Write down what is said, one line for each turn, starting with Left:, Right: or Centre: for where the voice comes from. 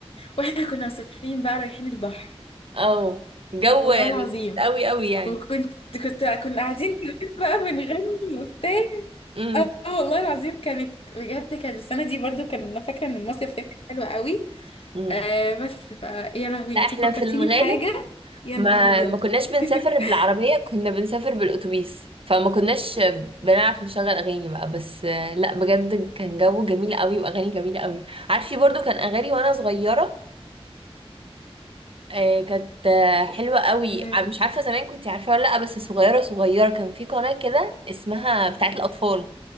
Left: واحنا كنا مسافرين بقى رايحين البحر
Right: اه جو
Left: والله
Right: لذيذ
Left: العظيم
Right: قوي قوي يعني
Left: وكنت كنت كنا قاعدين <laughs> كلنا بقى بنغني وبتاع
Right: امم
Left: اه آه والله العظيم كانت بجد كانت السنة دي برضو كان انا فاكرة ان المصيف فيها كان حلو قوي
Right: امم
Left: آه بس ف يا لهوي
Right: لا
Left: انتي
Right: احنا
Left: فكرتيني
Right: في الغالب
Left: بحاجة يا
Right: ما
Left: نهار ابيض
Right: ما كناش
Left: <laughs>
Right: بنسافر بالعربية كنا بنسافر بالأتوبيس فما كناش بنعرف نشغل أغاني بقى بس آه، لا بجد كان جو جميل قوي وأغاني جميلة قوي عارفة برضو كان أغاني وأنا صغيرة آه، كانت آه، حلوة قوي
Left: مم.
Right: ع- مش عارفة زمان كنت عارفة ولا لأ بس صغيرة صغيرة كان في قناة كده اسمها بتاعت الأطفال